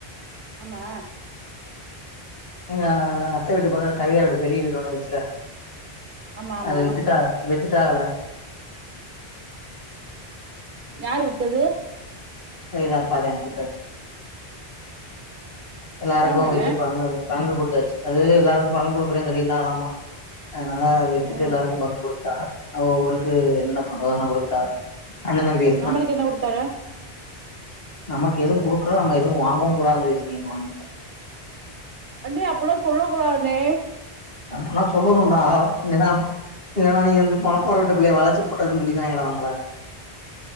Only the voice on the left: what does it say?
எங்க அத்த வீட்டு பக்க கவிதா வீடு பெரிய வீடு ஒண்ணு இருன்ச்சுல
அத வித்துட்டாங்க வித்துட்டாங்களா
எங்க அப்பாதா எத்துட்டார் எல்லாருக்கு
வித்து பங்கு பங்கு கொடுத்தாச்சு அது எல்லாருக்கு பங்கு கொடுக்குறேன்னு சொல்லியிருந்தாங்கலாமா அதனால வித்துட்டு
எல்லாருக்கு பங்கு கொடுக் ப அவ அவளுக்கு என்னன்ன பண்ணண குடுத்துட்டா அண்ண தம்பி இருக்கலா
நமக்கு எதுவு குடுக்கல நம்ம எதுவு வாங்கவு கூடாது நெனச்சு இருக்கீங்க <unintelligible>
அப்பனா சொல்லணுடா எனா இல்லன்னா நீ வந்து பண போற வீட்டு புள்ளைய வளச்சு போட்டுதனு சொல்லிருவங்கடா நம்மள